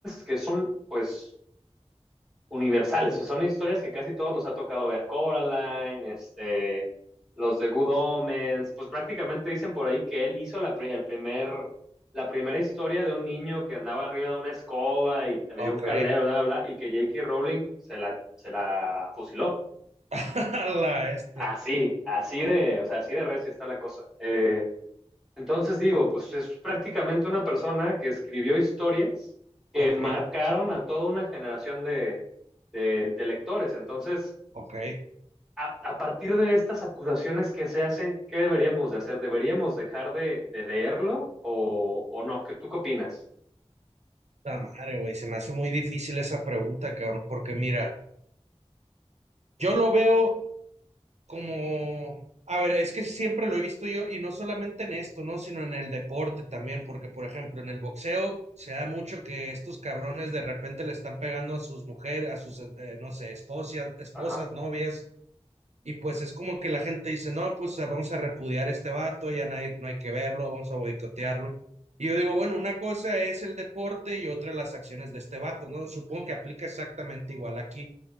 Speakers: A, in the centre; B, on the right (about 85°).
A: que son, pues, universales. O sea, son historias que casi todos nos ha tocado ver. Coraline, este, los de Good Omens. Pues prácticamente dicen por ahí que él hizo la, pri- el primer, la primera historia de un niño que andaba arriba de una escoba y había
B: ok.
A: un caldero, bla, bla, bla, y que J.K. Rowling se la, se la fusiló.
B: <laughs> A la este.
A: Así, así de, o sea, así de recia está la cosa. Eh, entonces digo, pues es prácticamente una persona que escribió historias que
B: Ok,
A: marcaron a toda una generación de, de- de lectores. Entonces,
B: ok.
A: a, a partir de estas acusaciones que se hacen, ¿qué deberíamos de hacer? ¿Deberíamos dejar de, de leerlo o, o no? ¿Qué, tú qué opinas?
B: La madre, güey. Se me hace muy difícil esa pregunta, cabrón, porque mira, yo lo veo. como, a ver, es que siempre lo he visto yo y no solamente en esto, ¿no? Sino en el deporte también, porque por ejemplo en el boxeo se da mucho que estos cabrones de repente le están pegando a sus mujeres, a sus, eh, no sé, esposas, esposas,
A: Ajá.
B: novias, y pues es como que la gente dice, no, pues ah, vamos a repudiar a este vato, ya no hay, no hay que verlo, vamos a boicotearlo. Y yo digo, bueno, una cosa es el deporte y otra las acciones de este vato, ¿no? Supongo que aplica exactamente igual aquí,